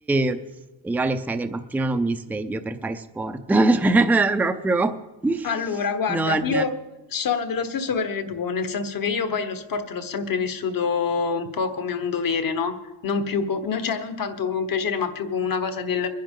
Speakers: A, in the centre; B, on the left.
A: e io alle 6 del mattino non mi sveglio per fare sport, <laughs> cioè, proprio
B: Allora, guarda,
A: non...
B: io sono dello stesso parere tuo, nel senso che io poi lo sport l'ho sempre vissuto un po' come un dovere, no? Non più, co- no, cioè non tanto come un piacere, ma più come una cosa del...